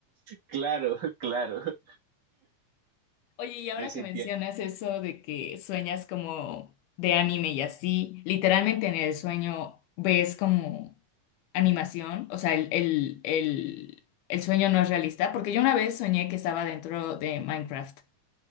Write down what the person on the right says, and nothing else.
Claro, claro.
Me sentía,